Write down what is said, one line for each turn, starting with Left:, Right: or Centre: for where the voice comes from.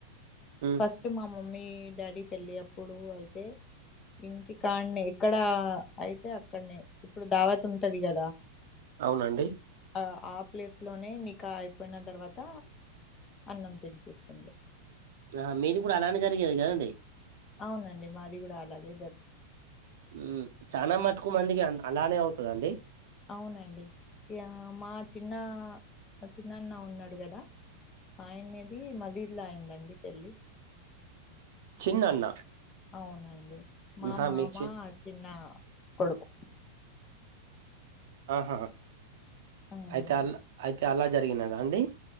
Right: ఉమ్
Left: ఫస్ట్ మా మమ్మీ డాడీ పెళ్ళి అప్పుడు అయితే ఇంటికన్నె ఇక్కడ అయితే అక్కనే ఇప్పుడు దావత్ ఉంటది కదా
Right: అవునండి
Left: ఆ ఆ ప్లేస్లోనే నికా అయిపోయిన తర్వాత అన్నం తినిపిస్తుంది
Right: ఆ మీది కూడా అలానే జరిగేది కదండి
Left: అవునండి మాది గూడా అలాగే జరుగు
Right: ఉమ్ చాన మటుకు మందికి అలానే అవుతుందండి
Left: అవునండి ఇగ మా చిన్న చిన్నన్న ఉన్నడు కదా ఆయనేది మజీద్ల అయిందండి పేళ్ళి
Right: చిన్న అన్న
Left: అవునండి మా
Right: ఆహా
Left: మామ
Right: మీకు చిన్
Left: చిన్న కొడుకు
Right: ఆహ
Left: ఉమ్
Right: అయితే అల అయితే అలా జరిగినదా అండి